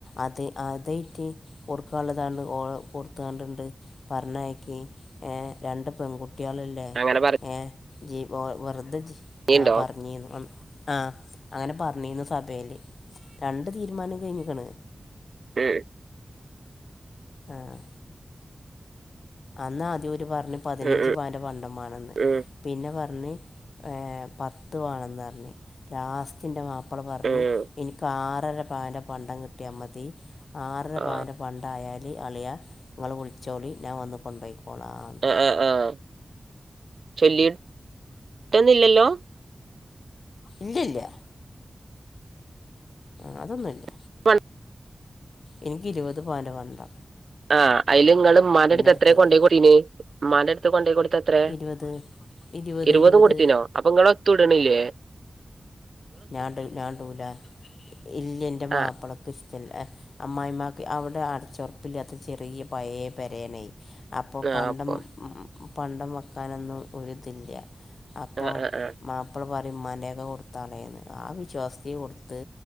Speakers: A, on the left; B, on the right.
A: അത് അതേയ്ട്ട് കൊട്ക്കാൻള്ളതാണ്ട് ഓള് കൊട്ത്താണ്ട് ണ്ട് പർഞ്ഞയ്ക്കി ഏഹ് രണ്ട് പെൺകുട്ട്യാള് ല്ലേ
B: അങ്ങനെ
A: ഏഹ് ജി വെ വെറ്തെ ജി
B: പറഞ്ഞിണ്ടോ
A: ആഹ് പർഞ്ഞീര്ന്ന് അ ആഹ് അങ്ങനെ പർഞ്ഞീന്നു സഭേല് രണ്ട് തീര്മാനം കയ്ഞ്ഞ്ക്ക്ണ്
B: ഉം
A: ആഹ് അന്ന ആദ്യം ഓര് പർഞ്ഞ് പതിനഞ്ച്
B: ഉം ഉം
A: പവന്റെ പണ്ടം മാണംന്ന്
B: ഉം
A: പിന്നെ പർഞ്ഞ് ഏഹ് പത്ത് വാണെന്നർഞ്ഞ് ലാസ്റ്റിൻ്റെ മാ പ്പള പർഞ്ഞ്
B: ഉം
A: ഇക്കാറര പവന്റെ പണ്ടം കിട്ട്യാ മതി ആറര
B: ആ
A: പവനം പണ്ടായാല് അളിയാ ഇങ്ങള് വിളിച്ചോളി ഞാൻ വന്ന് കൊണ്ടാെയ്ക്കോളാന്ന്
B: ആഹ് ആഹ് ചൊല്ലിട്ടെന്നുല്ലല്ലോ
A: ഇല്ല്യ ഇല്ല്യാ ആഹ് അതൊന്നുല്ല
B: <inaudible>
A: എനിക്ക് ഇരുപത് പവന്റെ പണ്ടാ
B: ആഹ് അയ്ല് ഇങ്ങള് ഇമ്മാന്റെട്ത്ത്
A: എടുത്തത്
B: എത്രെ കൊണ്ടെയ്കൊടീന്യേ? ഇമ്മാന്റെട്ത് കൊണ്ടാേയ് കൊട്തെ ത്രേ
A: ഇരുപത് ഇരുപത്
B: ഇരുപതും
A: ഇരുപത്
B: കൊട്ത്തീനോ അപ്പൊ ങ്ങളെത്തും ഇട്ണ്ല്ലേ
A: ഞാട് ഞാടൂലാ ഇല്ല്യ ഇൻ്റെ മാപ്പളക്ക്
B: ആ
A: ഇസ് റ്റല്ല അമ്മായ്മാക്ക് അവ്ടെ അടച്ചാെർപ്പ്ല്ലാത്ത ചെറിയ പയേ പെരേണേ അപ്പം
B: ആ
A: പണ്ടം
B: അപ്പൊ
A: പണ്ടം വെക്കാനൊന്നും ഒര്ത് ല്ല്യാ അപ്പം
B: ആ ആ ആ
A: മാപ് പ്പ്ള പറിം മ്മാന്റേക്കെ കൊട്ത്താളേന്ന് ആ വിശ്വാസത്തി കൊട്ത്ത്